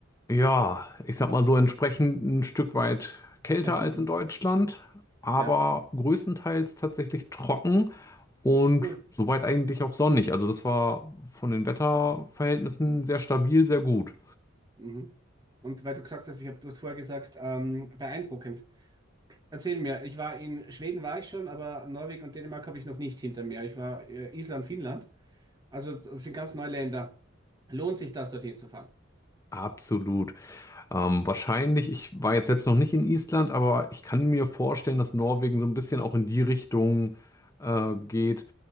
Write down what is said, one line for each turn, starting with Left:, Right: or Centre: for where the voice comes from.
Left: Ja, ich sag mal so entsprechend ein Stück weit kälter
Right: <laughs>
Left: als in Deutschland, aber
Right: Ja,
Left: größtenteils tatsächlich trocken und
Right: cool.
Left: soweit eigentlich auch sonnig. Also das war von den Wetterverhältnissen sehr stabil, sehr gut.
Right: Mhm. Und weil du gesagt hast, ich habe das vorher gesagt, ähm, beeindruckend. Erzähl mir, ich war in Schweden, war ich schon, aber Norwegen und Dänemark habe ich noch nicht hinter mir. Ich war äh, Island, Finnland, also das sind ganz neue Länder. Lohnt sich das, dorthin zu fahren?
Left: Absolut. Ähm, wahrscheinlich, ich war jetzt selbst noch nicht in Island, aber ich kann mir vorstellen, dass Norwegen so ein bisschen auch in die Richtung äh, geht,